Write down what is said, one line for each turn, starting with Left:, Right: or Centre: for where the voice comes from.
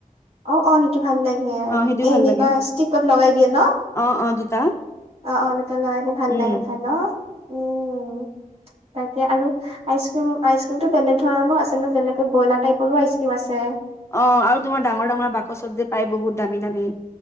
Right: অহ অহ সেইটো ভাল লাগে। এ হে
Left: অ সেইটোও ভাল
Right: এনেকুৱা
Left: লাগে
Right: ষ্টিকত লগাই দিয়ে ন?
Left: অ অ দুটা
Right: অহ অহ দুটা লগাই দি ভাল
Left: উম
Right: লাগে খাই ন উম। তাকে আৰু আইচ ক্ৰীম আইচ ক্ৰীমতটো বেলেগ ধৰণো আছে ন যেনেকে গইলা টাইপৰো আইচক্ৰীম আছে।
Left: অহ আৰু তোমাৰ ডাঙৰ ডাঙৰ বাকচত যে পাই বহুত দামী দামী।